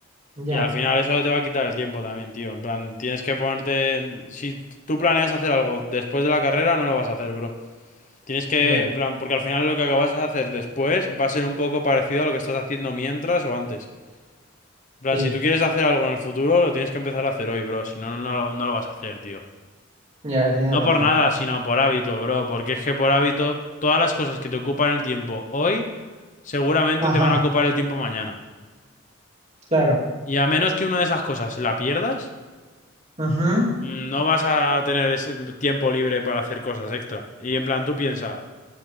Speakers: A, on the right; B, on the left.
A: Ya,
B: y al final eso te va a quitar el tiempo también, tío, en plan, tienes que ponerte, en- si tú planeas hacer algo después de la carrera no lo vas a hacer, bro. Tienes que,
A: ya,
B: en plan, porque al final lo que acabas de hacer después va a ser un poco parecido a lo que estás haciendo mientras o antes. En plan,
A: sí,
B: si tú quieres hacer algo en el futuro, lo tienes que empezar a hacer hoy, bro. Si no, no, no, lo- no lo vas a hacer, tío.
A: ya, tienes
B: No
A: razón.
B: por nada, sino por hábito, bro. Porque es que por hábito, todas las cosas que te ocupan el tiempo hoy, seguramente
A: Ajá,
B: te van a ocupar el tiempo mañana.
A: claro.
B: Y a menos que una de esas cosas la pierdas,
A: Ujú,
B: mm, no vas a tener ese tiempo libre para hacer cosas extra. Y en plan, tú piensa,